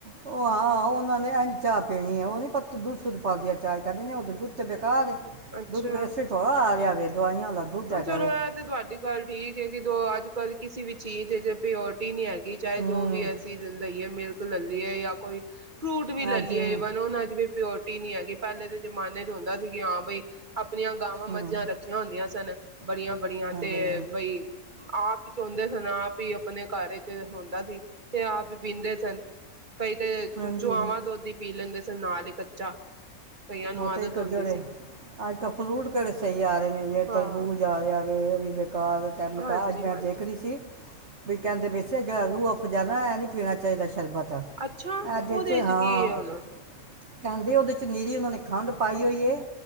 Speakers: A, on the right; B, on the right.
A: ਉਹ ਆਾਂ ਉਹਨਾਂ ਨੇ ਇ ਚਾਹ ਪੀਣੀ ਉਹ ਨੀ ਪੱਤੀ ਦੁੱਧੱਧ ਪਲਦੀ ਆ ਚਾਹ ਕਹਿਿੰਦੇ ਉਹ ਦੁੱ ਤੇਤੇ ਬਕਾ ਦੇ
B: ਅੱਛਾ
A: ਦੁੱਧ ਵੈਸੇ ਥੋੜਾ ਆ ਜਾ ਵੇਦਵਾਈ <unintelligible> ਲਾਦੂ ਚਗਾ
B: ਹਾਂ ਚਲੋ
A: ਵ <unintelligible>
B: ਇਹ ਤੁਹਾਡੀ ਗੱਲ ਠੀਕ ਹੈ ਕਿ ਦੋ ਅੱਜ ਕੱਲ੍ਹ ਕਿਸੇ ਵੀ ਚੀ ਜੇ ਪੁਰਿੱਟੀ ਨਹੀਂ ਚਾਹੇ
A: ਹੂੰ
B: ਜੋ ਵੀ ਐਸੀ ਜ਼ਿੰਦਗੀ ਹੈ <unintelligible> ਲੈਂਦੀ ਹੈ ਜਾਂ ਕੋਈ ਫਰੂਟ ਵੀ
A: ਹਾਂਜੀ
B: ਲੈ ਲਈਏ ਇਵਨ ਉਹਨਾਂ ਦੀ ਵੀ ਪਿਓਰ ਟੀ ਨਹੀਂੀ ਹੈਗੀ ਪਹਿਲੇ ਦੇ ਜਮਾਨੇ ਚ ਹੁੰਦਾ ਸੀ ਕਿ ਹਾਂ ਬਈ ਆਪਣੀਆਂ ਗਾਵਾਂ, ਮੱਝਾਂ
A: ਹੂੰ
B: ਰੱਖੀਆਂ ਹੁੰਦੀਆਂ ਸਨ। ਬੜੀਆਂ ਬੜੀਆਂ
A: ਹਾਂਜੀ
B: ਤੇ ਬਈ ਆਪ ਹੀ ਚਾਹੁੰਦੇ ਸਨ, ਆਪ ਹੀ ਆਪਣੇ ਘਰ ਚ ਹੁੰਦਾ ਸੀ, ਤੇ ਆਪ ਹੀ ਪੀਂਦੇ ਸਨ। ਕਈ ਤਾਂ
A: ਹਾਂਜੀ
B: ਚੁਆਵਾਂ ਦੁੱਧ ਹੀ ਪੀ ਲੈਂਦੇ ਸੀ। ਸਰਨਾ <unintelligible> ਦੇ ਕੱਚਾ ਕਈਆਂ ਨੂੰ
A: ਉਹ
B: ਆਦਤ
A: ਤੇ ਇੱਕ
B: ਹੁੰਦੀ
A: ਜਿਹੜੇ
B: ਸੀ
A: ਅੱਜ ਕਲ ਫਰੂਟ ਕਿਹੜੇ ਸਹੀ ਆ ਰਹੇ ਨੇ, ਜਿਵੇਂ
B: ਹਾਂ
A: ਤਰਬੂਜ ਜਾ ਰਿਹਾ <unintelligible> ਤੇ ਇਹ ਵੀ ਬੇਕਾਰ <unintelligible>
B: ਹਾਂਜੀ
A: ਮੈਂ
B: ਹਾਂਜੀ
A: ਦੇਖ ਰਹੀ ਸੀ ਵੀ ਕਹਿੰਦੇ ਪਏ ਸੀ ਜਿਹੜਾ ਰੂਹਫਜਾਣਾ ਹੈ ਇਹ ਨਹੀਂ ਪੀਣਾ ਚਾਹੀਦਾ ਸ਼ਰਬਤ ਇਹਦੇ
B: ਅੱਛਾ ਉਹਦੇ
A: ਹਾਂ
B: ਚ ਕੀ ਆ ਹੁਣ।
A: ਕਹਿੰਦੇ ਉਹਦੇ ਚ ਨੀਰੀ ਖੰਡ ਪਾਈ ਹੋਈਏ